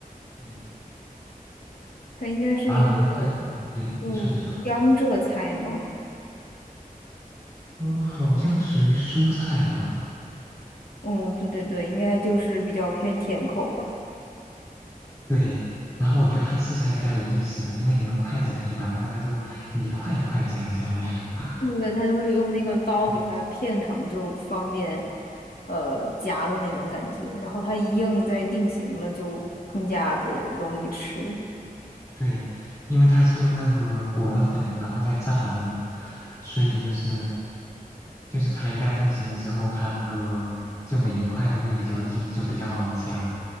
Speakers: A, on the left (about 20°); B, on the left (about 80°).
A: 嗯，
B: 它应该是一个
A: 然后你用筷，嗯，对，
B: 就江浙菜吗？
A: 你说你说，嗯、好像属于蔬菜吧。
B: 嗯，对对对，应该就是比较偏甜口吧。
A: 对，然后我觉得它吃起来比较有意思吧，因为你用筷子可以把它那个肉一块一块夹下来啊。
B: 对不对？他就会用那个刀给它片成，
A: <laughs>
B: 就方便呃夹的那种感觉。然后它一硬再定型了，就更加的容易吃。
A: 对，因为它是用那个裹了粉然后再炸的嘛，所以就是就是它一旦定型了之后，它那个就每一块都会比较硬，就比较好夹。